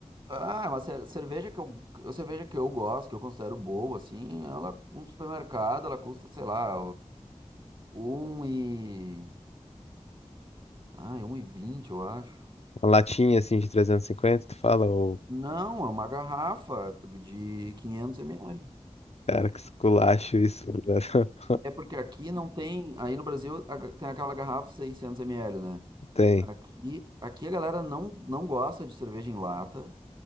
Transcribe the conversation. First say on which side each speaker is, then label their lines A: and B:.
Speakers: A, on the right (about 40°); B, on the left (about 60°).
A: Ah, mas a cerveja que eu, a cerveja que eu gosto, que eu considero boa, assim, ela, no supermercado, ela custa, sei lá, um e... Ai, um e vinte, eu acho.
B: Uma latinha, assim, de 350 tu fala, ô,
A: Não, é uma garrafa de 500 ml.
B: cara, que esculacho isso, velho. <laughs>
A: É porque aqui não tem, aí no Brasil a ga- tem aquela garrafa 600 ml, né?
B: Tem.
A: Aqui, aqui a galera não, não gosta de cerveja em lata.